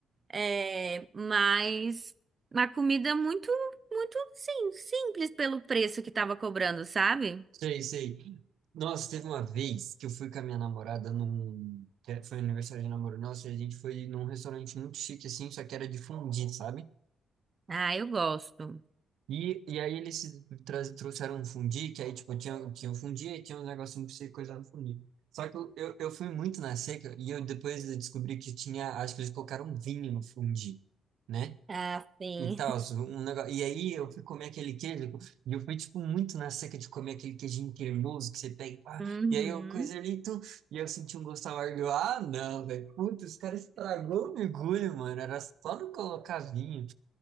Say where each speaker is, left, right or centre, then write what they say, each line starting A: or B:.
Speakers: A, on the right (about 35°); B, on the right (about 75°).
A: é, mas uma comida muito, muito, sim, simples pelo preço que tava cobrando, sabe?
B: Sei, sei. Nossa, teve uma vez que eu fui com a minha namorada num... que Foi aniversário de namoro nosso, e a gente foi num restaurante muito chique, assim, só que era de fondue, sabe?
A: Ah, eu gosto.
B: E, e aí eles se tra- trouxeram um fundi, que aí, tipo, tinha, tinha um fundi e tinha um negocinho pra você coisar no fundi. Só que eu, eu, eu fui muito na seca e eu depois eu descobri que tinha, acho que eles colocaram vinho no fundi, né?
A: Ah, sim.
B: E tal,
A: <laughs>
B: um negócio. E aí eu fui comer aquele queijo, e eu fui, tipo, muito na seca de comer aquele queijinho cremoso que você pega e pá.
A: Uhum.
B: E aí eu coisa ali, tum, e eu senti um gosto amargo. Eu, Ah, não, velho. Puta, os caras estragou o mergulho, mano. Era só não colocar vinho.